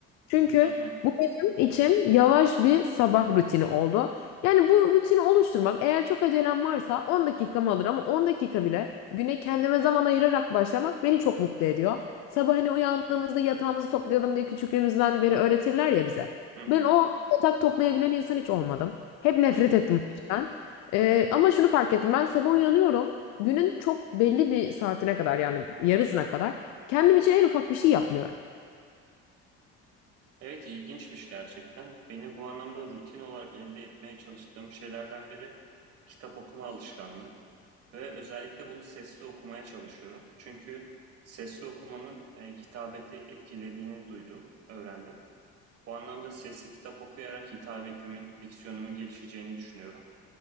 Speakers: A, on the left (about 65°); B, on the right (about 55°).
A: Çünkü
B: Hı hı.
A: bu benim için yavaş bir sabah rutini oldu. Yani bu rutini oluşturmak eğer çok acelem varsa 10 dakikamı alır ama 10 dakika bile güne kendime zaman ayırarak başlamak beni çok mutlu ediyor. Sabah hani uyandığımızda yatağımızı toplayalım diye küçüklüğümüzden beri öğretirler ya bize.
B: Hı hı.
A: Ben o yatak toplayabilen insan hiç olmadım. Hep nefret
B: Hı hı.
A: ettim bu işten. Ee, ama şunu fark ettim ben sabah uyanıyorum. Günün çok belli bir saatine kadar yani yarısına kadar Kendim için en ufak bir şey yapmıyorum.
B: Evet, ilginçmiş gerçekten. Benim bu anlamda rutin olarak elde etmeye çalıştığım şeylerden biri kitap okuma alışkanlığı ve özellikle bunu sesli okumaya çalışıyorum. Çünkü sesli okumanın e, hitabeti etkilediğini duydum, öğrendim. Bu anlamda sesli kitap okuyarak hitabetimin, diksiyonumun gelişeceğini düşünüyorum.